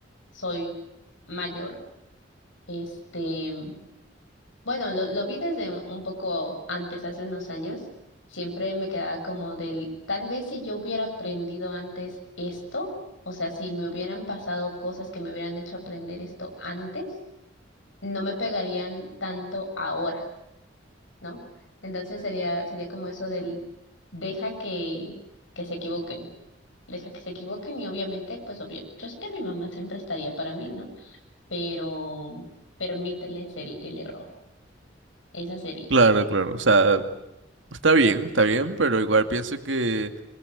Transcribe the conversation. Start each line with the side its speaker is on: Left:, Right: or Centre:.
Left: soy mayor, este Bueno, lo, lo vi desde un un poco antes, hace unos años. Siempre me quedaba como del, tal vez si yo hubiera aprendido antes esto, o sea, si me hubieran pasado cosas que me hubieran hecho aprender esto antes, no me pegarían tanto ahora, ¿no? Entonces sería, sería como eso del, deja que, que se equivoquen, deja que se equivoquen y obviamente, pues obvio, yo sé que mi mamá siempre estaría para mí, ¿no? Pero permíteles el, el error, esa sería.
Right: Claro, claro. O sea, está bien, está bien, pero igual pienso que,